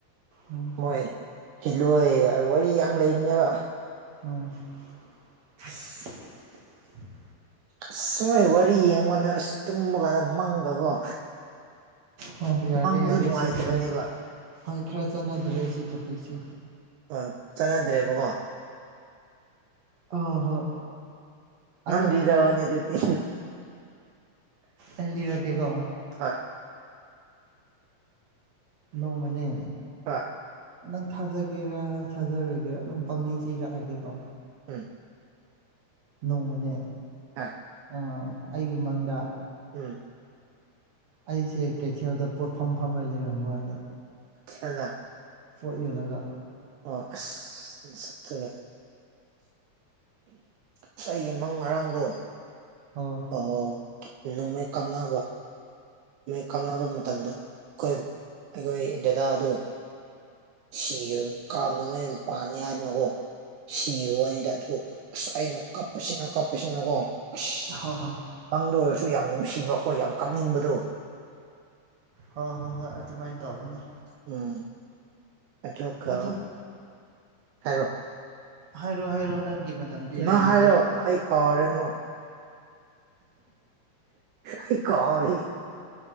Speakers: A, on the right; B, on the right.
A: ꯎꯝ
B: ꯃꯣꯏ ꯍꯤꯜꯂꯣꯏ ꯋꯥꯔꯤ ꯌꯥꯝ ꯂꯩꯕꯅꯦꯕ
A: ꯎꯝ <unintelligible>
B: ꯑꯁ ꯑꯁ ꯃꯣꯏ ꯋꯥꯔꯤ ꯌꯦꯡꯉꯣ ꯅꯪ ꯑꯁ ꯇꯨꯝꯕ ꯀꯥꯟꯗ ꯃꯪꯒꯀꯣ
A: ꯍꯣꯏ ꯌꯥꯔꯦ
B: ꯃꯪꯁꯨ
A: ꯌꯥꯔꯦ
B: ꯅꯨꯡꯉꯥꯏꯇꯕꯅꯦꯕ
A: ꯁꯤꯒꯨꯝꯕ ꯍꯣꯏ ꯈꯔ ꯆꯠꯅꯗ꯭ꯔꯦ ꯁꯤ ꯇꯣꯄꯤꯛꯁꯦ
B: ꯑ ꯆꯠꯅꯗ꯭ꯔꯦꯕꯀꯣ
A: ꯑ ꯍꯣꯏ
B: ꯅꯪ
A: ꯑꯗꯨ
B: ꯂꯤꯔꯛ ꯑꯣꯅꯦ ꯑꯗꯨꯗꯤ
A: ꯑꯩ ꯂꯤꯔꯛꯀꯦꯀꯣ
B: ꯍꯣꯏ
A: ꯅꯣꯡꯃꯅꯦ
B: ꯑꯣꯏ
A: ꯅꯪ ꯊꯥꯖꯒꯦꯔꯥ ꯊꯥꯖꯔꯣꯏꯒꯦꯔꯥ ꯑꯗꯨꯝ ꯄꯪꯂꯤ ꯂꯤꯔꯛꯑꯒꯦꯀꯣ
B: ꯎꯝ
A: ꯅꯣꯡꯃꯅꯦ
B: ꯑ
A: ꯑꯥ ꯑꯩꯒꯤ ꯃꯪꯗ
B: ꯎꯝ
A: ꯑꯩꯁꯦ ꯀꯩꯊꯦꯜꯗ ꯄꯣꯠꯐꯝ ꯐꯝꯔ ꯂꯩꯔꯝꯕ ꯋꯥꯅꯦ
B: ꯈꯦꯜꯂ
A: ꯄꯣꯠ ꯌ‌ꯣꯜꯂꯒ
B: ꯑꯣ ꯑꯁ ꯅꯥꯁꯛꯇꯨꯒ ꯑꯁ ꯑꯩꯒꯤ ꯃꯪ ꯉꯔꯥꯡꯗꯣ
A: ꯑꯣ
B: ꯑꯣ ꯅꯣꯡꯃꯩ ꯀꯥꯞꯅꯕ ꯃꯣꯏ ꯀꯥꯞꯅꯕ ꯃꯇꯝꯗ ꯑꯩꯈꯣꯏ ꯑꯩꯈꯣꯏ ꯗꯗꯥꯗꯨ ꯁꯤꯒ꯭ꯔꯕ ꯀꯥꯞ ꯅꯣꯡꯃꯩꯅ ꯄꯥꯟꯅꯤ ꯍꯥꯏꯗꯅꯀꯣ ꯁꯤꯕꯋꯥꯅꯤꯗ ꯑꯗꯨ ꯑꯁ ꯑꯩꯅ ꯀꯞꯄꯁꯤꯅ ꯀꯞꯄꯁꯤꯅꯀꯣ ꯑꯁ
A: ꯍꯣꯏ ꯍꯣꯏ
B: ꯃꯪꯗ ꯑꯣꯏꯔꯁꯨ ꯌꯥꯝ ꯅꯨꯡꯁꯤꯕ ꯑꯩꯈꯣꯏ ꯌꯥꯝ ꯀꯞꯅꯤꯡꯕꯗꯣ
A: ꯍꯣꯏ ꯍꯣꯏ ꯍꯣꯏ ꯑꯗꯨꯃꯥꯏꯅ ꯇꯧꯕꯅꯤ
B: ꯎꯝ ꯑꯗꯨꯒ
A: ꯑꯗꯨꯝ
B: ꯍꯥꯏꯔꯣ
A: ꯍꯥꯏꯔꯣ ꯍꯥꯏꯔꯣ ꯅꯪꯒꯤ ꯃꯇꯝ ꯄꯤꯔꯦꯅꯦ
B: ꯅꯪ ꯍꯥꯏꯔꯣ ꯑꯩ ꯀꯥꯎꯔꯦ ꯑꯃꯨ ꯑꯩ ꯀꯥꯎꯔꯦ